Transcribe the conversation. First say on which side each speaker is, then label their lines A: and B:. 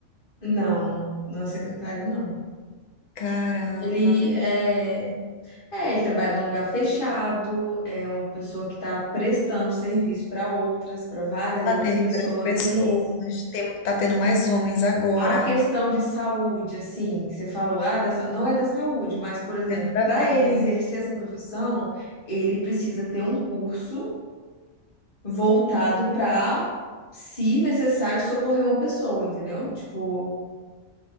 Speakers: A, on the left; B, on the left.
A: Não, não é secretário, não.
B: Caramba.
A: Ele é, é, ele trabalha num lugar fechado, é uma pessoa que está prestando serviço para outras, para várias
B: Atende
A: outras pessoas
B: várias pessoas.
A: ali.
B: Tem, tá tendo mais homens agora.
A: A questão de saúde, assim, que você falou, ah, da sa- não é da saúde, mas, por exemplo,
B: Não tem nada
A: para
B: a ver.
A: ele exercer essa profissão, ele precisa ter um curso voltado para, se necessário, socorrer uma pessoa, entendeu? Tipo,